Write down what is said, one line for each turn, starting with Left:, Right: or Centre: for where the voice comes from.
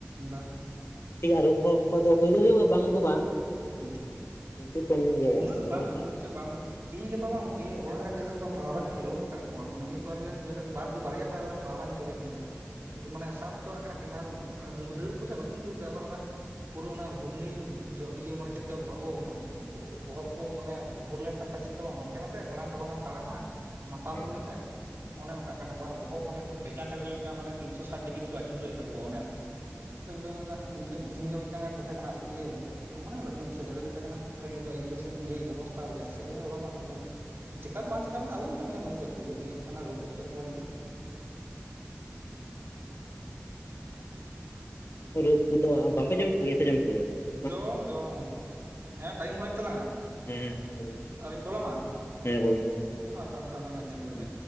Right: ᱵᱟ
Left: ᱴᱷᱤᱠ ᱜᱮᱭᱟ ᱨᱳᱜᱽ ᱦᱚᱸ ᱩᱱᱠᱩᱣᱟᱜ ᱫᱚ ᱦᱳᱭ ᱫᱚ ᱦᱩᱭᱩᱜᱼᱟ ᱵᱟᱝ ᱫᱚ ᱵᱟᱝ
Right: ᱦᱩᱸ
Left: ᱠᱤᱱᱛᱩ ᱠᱚᱢ ᱧᱚᱜ ᱜᱮ
Right: ᱩᱱᱟᱹᱜ
Left: ᱢᱮᱨᱚᱢ
Right: ᱵᱟᱝ
Left: ᱠᱷᱚᱱᱟᱜ
Right: ᱩᱱᱟᱹᱜ
Left: ᱫᱚ
Right: ᱪᱚ ᱵᱟᱝ ᱦᱳ ᱛᱤᱦᱤᱧ ᱜᱟᱯᱟ ᱵᱟᱝ ᱤᱭᱟᱹ ᱚᱲᱟᱜ ᱨᱮᱧ ᱧᱮᱞᱮᱜ ᱠᱚᱣᱟ ᱯᱟᱣᱨᱟ ᱡᱟᱹᱱᱤᱡ ᱨᱳᱜᱽ ᱠᱟᱜ ᱠᱚᱣᱟ ᱢᱟᱱᱮ ᱢᱤᱫ ᱵᱟᱨᱭᱟᱧ ᱧᱮᱞᱮᱫ ᱠᱚ ᱵᱟᱨ ᱵᱟᱨᱭᱟ ᱯᱟᱭᱨᱟᱧ ᱯᱟᱣᱨᱟᱧ ᱧᱮᱞ ᱠᱮᱜ ᱠᱤᱱᱟᱹ ᱢᱟᱱᱮ ᱥᱟᱵ ᱦᱚᱪᱚᱣᱟᱜ ᱠᱟᱱᱟ ᱠᱤᱱ ᱟᱨ ᱫᱟᱹᱲ ᱠᱚᱥᱮ ᱵᱟᱹᱠᱤᱱ ᱫᱟᱹᱲ ᱫᱟ ᱟᱵᱟᱨ ᱚᱱᱟ ᱯᱩᱨᱟᱹ ᱚᱱᱟ ᱜᱷᱩᱨᱱᱤᱨᱮ ᱡᱷᱚ ᱤᱭᱟᱹ ᱢᱟᱱᱮ ᱪᱮᱫ ᱞᱮᱠᱟ ᱟᱵᱚ ᱵᱚ ᱵᱚᱦᱚᱜ ᱠᱚ ᱢᱟᱱᱮ ᱜᱷᱩᱨ ᱞᱮᱱ ᱛᱟᱢ ᱠᱷᱟᱱ ᱪᱮᱫ ᱞᱮᱠᱟ ᱵᱟᱢ ᱦᱟᱱᱛᱮ ᱱᱟᱛᱮ ᱠᱷᱟᱲᱟᱝ ᱴᱟᱵᱟᱝ ᱮᱢ ᱛᱟᱲᱟᱢᱟ ᱢᱟᱛᱟᱞ
Left: ᱦᱮᱸ
Right: ᱦᱚᱲ ᱞᱮᱠᱟ ᱚᱱᱮ ᱚᱱᱠᱟᱜ ᱠᱟᱱᱟ ᱠᱚ ᱟᱨ ᱵᱚᱦᱚᱜ ᱢᱟᱱᱮ ᱩᱱᱠᱩ ᱯᱮᱸᱪᱟ ᱪᱮᱬᱮ ᱞᱮᱠᱟ ᱢᱟᱱᱮ ᱛᱤᱱ ᱥᱚ ᱥᱟᱴ ᱰᱤᱜᱽᱨᱤ ᱠᱚ ᱟᱪᱩᱨᱮᱫ ᱞᱮᱠᱟ ᱚᱱᱮ ᱚᱱᱠᱟ ᱟᱫᱚ ᱤᱧ ᱜᱚᱭ ᱢᱮᱱ ᱫᱟ ᱤᱧ ᱜᱳᱧ ᱛᱤᱦᱤᱧ ᱫᱚ ᱢᱤᱫ ᱴᱟᱝ ᱮ ᱛᱟᱦᱮᱸ ᱠᱟᱱᱟ ᱤᱭᱟᱹ ᱢᱟᱱᱮ ᱞᱟᱹᱴᱩ ᱧᱚᱜ ᱥᱟᱸᱦᱤᱡ ᱟᱫᱚᱧ ᱢᱮᱛᱟᱭ ᱠᱟᱱᱟ ᱛᱟᱦᱞᱮ ᱱᱩᱭ ᱫᱚ ᱟᱭᱩᱵ ᱵᱤᱨ ᱤᱭᱟᱹ ᱵᱮᱵᱚᱥᱛᱷᱟ ᱜᱮᱭᱟ ᱪᱮᱫ ᱟᱫᱚ ᱢᱮᱱ ᱫᱟ ᱵᱟᱵᱟ ᱟᱞᱚᱢ ᱪᱮᱠᱟ ᱫᱚ ᱵᱟᱝ ᱪᱤᱠᱟ ᱢᱮᱱᱛᱮ ᱟᱞᱚᱢ ᱡᱚᱢᱮᱭᱟ ᱱᱩᱭ ᱫᱚ ᱨᱩᱣᱟᱹᱜ ᱤᱭᱟᱹᱜ ᱠᱟᱱᱟᱭ ᱨᱩᱣᱟᱹ ᱦᱮᱡ ᱠᱟᱜ ᱠᱚᱣᱟ ᱡᱟᱹᱱᱤᱡ
Left: ᱨᱳᱜᱽ ᱠᱚᱫᱚ ᱵᱟᱝ ᱯᱮ ᱡᱚᱢ ᱠᱚᱣᱟ ᱥᱮ ᱡᱚᱢ ᱠᱚ ᱜᱮᱭᱟ ᱯᱮ
Right: ᱡᱚᱢ ᱡᱚᱢ ᱦᱮᱸ ᱴᱟᱭᱤᱢ ᱦᱩᱭᱮᱱ ᱛᱟᱞᱟᱝᱟ
Left: ᱦᱮᱸ ᱦᱮᱸ ᱠᱚᱞ ᱫᱟᱞᱟᱝ ᱢᱮ,
Right: ᱟᱨᱩᱧ ᱠᱚᱞ ᱟᱢᱟ
Left: ᱦᱮᱸ ᱠᱚᱞ ᱫᱟᱞᱟᱝ ᱢᱮ
Right: ᱦᱮᱸ ᱢᱟ ᱟᱨ ᱵᱟᱨ ᱫᱷᱟᱣ ᱜᱟᱱ ᱞᱟᱝ ᱧᱮᱞ ᱞᱮᱜᱮ
Left: ᱦᱩᱸ